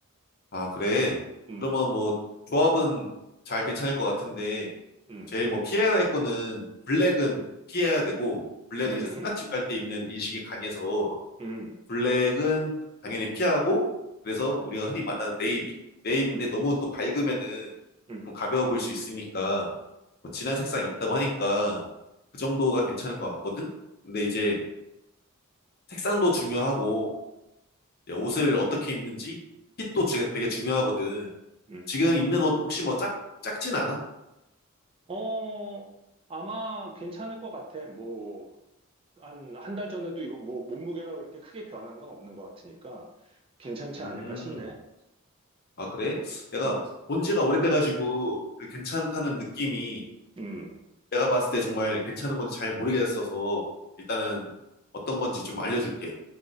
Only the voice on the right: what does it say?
음,
음,
음,
음,
음,
음,
음.
어, 아마 괜찮을 것 같아. 뭐, 한, 한 달 전에도 입어, 뭐, 몸무게가 그렇게 크게 변한 건 없는 것 같으니까 괜찮지
않을까 싶네.
어.
음.